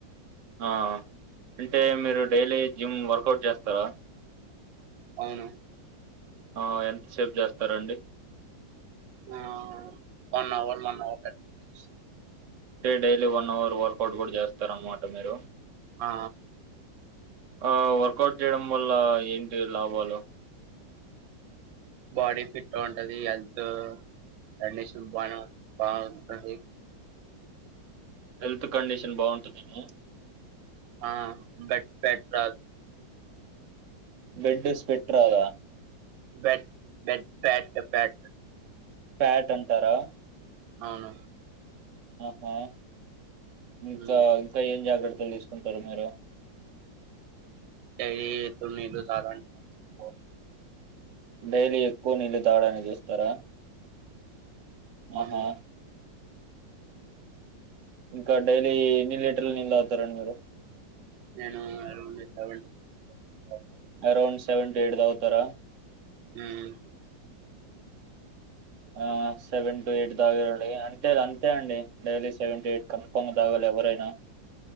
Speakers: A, on the right (about 50°); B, on the right (about 80°).
A: ఆ అంటే మీరు డైలీ జిమ్ వర్కౌట్ చేస్తారా?
B: అవును
A: ఆ ఎంతసేపు చేస్తారండి
B: హ్మ్ one hour one hour thirty minutes
A: సే డైలీ వన్ అవర్ వర్కౌట్ కూడా చేస్తార అనమాట మీరు
B: ఆ
A: ఆ వర్కౌట్ చేయడం వల్ల ఏంటి లాభాలు?
B: బాడీ ఫిట్గా ఉంటది హెల్తూ కండిషన్ బానే బావుంటది.
A: హెల్త్ కండిషన్ బావుంటుందనా
B: ఆ బెట్ పెట్ రాల్
A: బెడ్ స్వేట్ రాదా?
B: బెట్ బెట్ ప్యాటు ప్యాట్
A: ప్యాట్ అంటారా?
B: అవును
A: ఆహా ఇంకా
B: హ్మ్
A: ఇంకా ఏం జాగ్రత్త లు తీసుకుంటరు మీరు
B: డైలీ ఎప్పుడు నీళ్లు తాగాలి? ఓ
A: డైలీ ఎక్కువ నీళ్ళు తాగడానీకి ఇస్తారా?
B: అవును.
A: ఆహా ఇంకా డైలీ ఎన్ని లీటర్ల నీళ్ళు తాగుతారండి మీరు?
B: నేను ఎవ్ ఇత్తవండ్ ఒ
A: అరౌండ్ సెవెన్టు ఎయిట్ దగుతరా
B: హ్మ్
A: ఆ సెవెన్టు ఎయిట్ తాగాలి అంటే అంతే అండి డైలీ సెవెన్టు ఎయిట్ కన్ఫామ్గా తాగాలి. ఎవరైనా